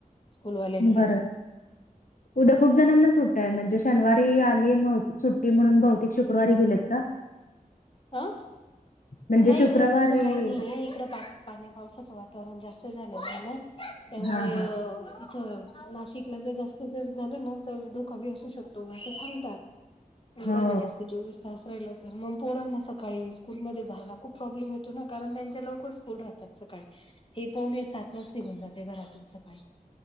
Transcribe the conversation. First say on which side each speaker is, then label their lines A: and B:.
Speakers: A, on the left; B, on the left.
A: स्कूलवाल्यांनीच
B: बरं. उद्या खूप जणांना सुट्ट्या आहे. म्हणजे शनिवारी आली सुट्टी म्हणून बहुतेक शुक्रवारी दिलेत का? <unintelligible>
A: अ,
B: म्हणजे
A: नाही
B: शुक्रवारी
A: ग तस काही नाही आहे, इकड पा पाण्या पावसाचं वातावरण जास्त झालेलं म्हण, त्यामुळे
B: हा हा
A: इथ नाशिकला जर जास्त जर झालं ना, तर धोका बी असू शकतो असं सांगतात. एवढा
B: हो.
A: ज जास्त चोवीस तास राहिला तर मग पोरांना सकाळी स्कूलमध्ये जायला खूप प्रॉब्लेम येतो ना कारण त्यांच्या लवकर स्कूल राहतात सकाळी हे पावणे सातलाच निघून जाते घरातून सकाळी